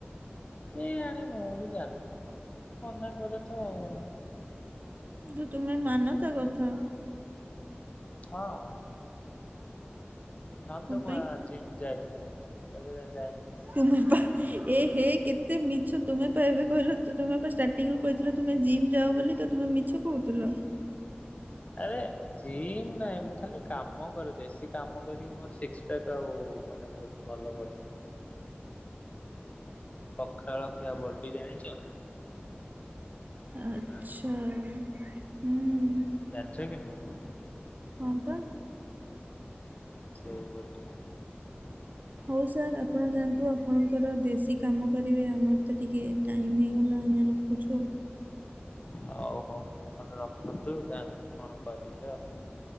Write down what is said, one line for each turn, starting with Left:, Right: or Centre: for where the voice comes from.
Left: କେଜାଣି ମୁଁ ବି ଜାଣିନି ମନା କରେ ତ ଆଉ।
Right: ତ ତୁମେ ମାନ ତା କଥା?
Left: ହଁ। ନହେଲେ
Right: କଣ
Left: ତ ମୁଁ
Right: ପାଇଁ?
Left: ଆ ଜିମ୍ ଯାଇଥାନ୍ତି ଏବେ ଯାଇନି କାହିଁ
Right: ତୁମେ ପା ଏ ହେ କେତେ ମିଛ ତୁମେ ପା ଏବେ କହିଲ ତ ତୁମେ ପା ଷ୍ଟାର୍ଟିଂରୁ କହିଥିଲ ତୁମେ ଜିମ୍ ଯାଅ ବୋଲି କେ ତୁମେ ମିଛ କହୁଥିଲ?
Left: ଆରେ ଜିମ୍ ନାଇଁ ମୁଁ ଖାଲି କାମ କରେ ଦେଶୀ କାମ କରିକି ମୋର ସିକସ ପ୍ୟାକ୍ ଆଉ ମାନେ ବହୁତ ଭଲ କରିଛି। ପଖାଳ ଖିଆ ବଡି ଜାଣିଛ?
Right: ଆଚ୍ଛା
Left: ଆଁ
Right: ହୁଁ।
Left: ଜାଣିଛ କି ନାହିଁ?
Right: ହଁ ପା।
Left: ସେଇ ପଟି
Right: ହଉ ସାର୍ ଆପଣ ଯାଆନ୍ତୁ ଆପଣଙ୍କର ଦେଶୀ କାମ କରିବେ ଆମର ତ ଟିକେ ଟାଇମ୍ ହେଇଗଲା ଆମେ ରଖୁଛୁ ଆଉ।
Left: ହଉ ହଉ ଆପଣ ରଖନ୍ତୁ ଯାନ୍ତୁ କଣ କରିବେ ଆଉ।